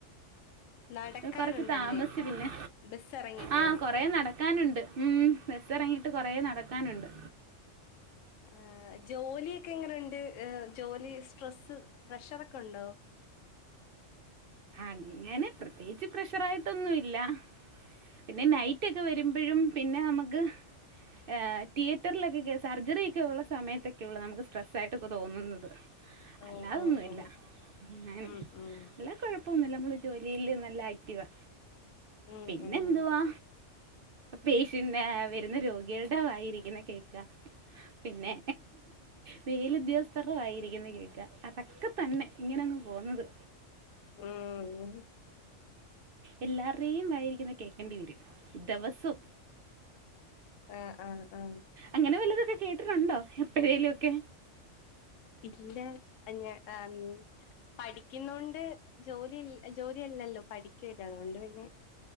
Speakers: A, on the left (about 80°); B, on the right (about 55°).
A: നടക്കാനുണ്ടല്ലേ
B: ആ കൊറച്ച് താമസിചു പിന്നെ
A: ബസ് ഇറങ്ങിട്ട്
B: ആ കൊറ നടക്കാനുണ്ട് ഉം ബസ്സ് ഇറങ്ങിട്ട് കൊറ നടക്കാനുണ്ട്
A: ആ ജോലിയൊക്കെ എങ്ങനെുണ്ട് ജോലി സ്ട്രെസ്സ് പ്രഷർൊക്കെ ഉണ്ടോ
B: അങ്ങനെ പ്രത്യേകിച്ച് പ്രഷറ ആയിട്ടൊന്നുംല്ല പിന്നെ നൈറ്റ് ഒക്കെ വരുമ്പോഴും പിന്നെ നമുക്ക് ആ തിയേറ്ററിലൊക്കെ സർജറിക്കെ ഉള്ള സമയത്തൊക്കെ ഉള്ളൂ നമുക്ക് സ്ട്രെസ് ആയിട്ട്ക്കെ തോന്നുന്നത് അല്ലാതൊന്നുംല്ല
A: ഓ ഓ ഓ
B: അങ്ങെ
A: ഉം ഉം
B: അല്ല കുഴപ്പ ഇപ്പൊന്ന നമ്മള് ജോലിയില് നല്ല ആക്റ്റീവാ
A: ഉം
B: പിന്നെ
A: ഉം
B: എന്തുവാ പേഷ്യന് വരുന്ന രോഗികളുടെ വായിരിക്കുന്ന കേക്കാ പിന്നെ മേലുദ്യോഗസ്ഥരുടെ വായിരിക്കുന്ന കേൾക്ക അതൊക്കെ തന്നെ ഇങ്ങനെ പോന്നത്
A: ഉം
B: എല്ലാവരുേയും ആയിരിക്കുന്ന കേൾക്കേണ്ടി വരും ദിവസവും
A: ആ ആ ആ
B: അങ്ങനെ വലുതൊക്കെ കേട്ടിട്ടുണ്ടോ എപ്പോഴേലും ഒക്കെ
A: ഇല്ല അ പടി ഠിക്കുന്നൊണ്ട് ജോലി ജോലി അല്ലല്ലോ പഠിക്കുവല്ല അതുകൊണ്ട് പിന്നെ